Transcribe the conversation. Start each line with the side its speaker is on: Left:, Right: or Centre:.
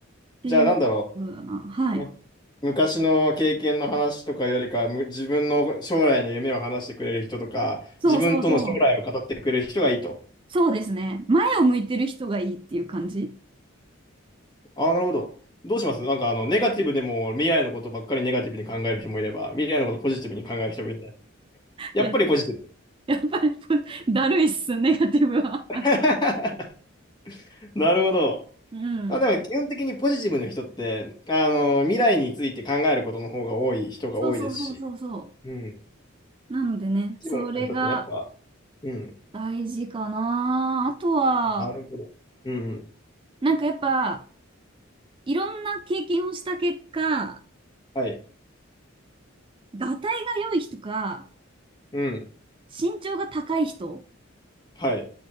Right: ていうところだな。
Left: じゃあなんだろ
Right: はい。
Left: う。む昔の経験の話とかよりか、む自分の将来の夢を話してくれる人とか、
Right: そうそうそう。
Left: 自分との将来を語ってくれる人がいいと。
Right: そうですね。前を向いてる人がいいっていう感じ。
Left: ああ、なるほど。どうしますなんか、あの、ネガティブでも未来のことばっかりネガティブに考える人もいれば、未来のことポジティブに考える人もいるじゃない。やっぱりポジティブ。
Right: いや、やっぱり <laughs> だるいっす、ネガティブは。
Left: <laughs> なるほど。
Right: <laughs> うん。
Left: まあ、でも基本的にポジティブの人って、あの、未来について考えることの方が多い人が多いですし、
Right: そうそうそうそうそ
Left: うん。ポ
Right: う。なのでね、
Left: ジティブの人ってね、
Right: それが
Left: やっぱ、うん。
Right: 大事かな。あとは、
Left: なるほど。うん。
Right: なんかやっぱ、いろんな経験をした結果、
Left: はい。
Right: がたいが良い人か、
Left: うん。
Right: 身長が高い人
Left: はい。